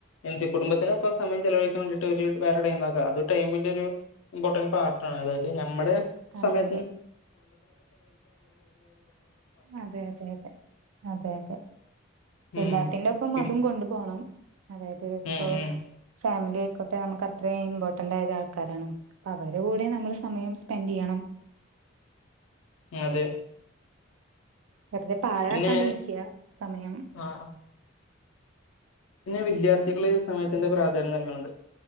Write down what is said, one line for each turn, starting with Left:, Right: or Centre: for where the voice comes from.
Left: എ ഇപ്പം സമയം ചെലവഴിക്കാൻ വേണ്ടിട്ട് ഒരു വേറെ ടൈം നോക്കാ അത് ടൈമിന്റെ ഒരു ഇമ്പോർട്ടൻ പാർട്ടാണ് അത് നമ്മടെ
Right: അതെ
Left: സമയ
Right: അതെയതെയതെ അതെയതെ
Left: ഉം
Right: എല്ലാത്തിന്റെ ഒപ്പം
Left: പി-
Right: അതും കൊണ്ടു പോണം അതായത് ഇപ്പൊ
Left: ഉം ഉം
Right: ഫാമിലി യിക്കോട്ടെ നമുക്ക് അത്രേം ഇമ്പോർന്റ് ആയതാൾക്കാരാണ് അവരൂടേം നമ്മള് സമയം എന്തെയ്യണം
Left: അതെ
Right: വെറുതെ പാഴാക്കാണ്ടിരിയ്ക്യ
Left: പിന്നെ
Right: സമയം
Left: ആ വിദ്യാർത്ഥികള് സമയത്തിന്റെ പ്രാധാന്യം നൽകണത്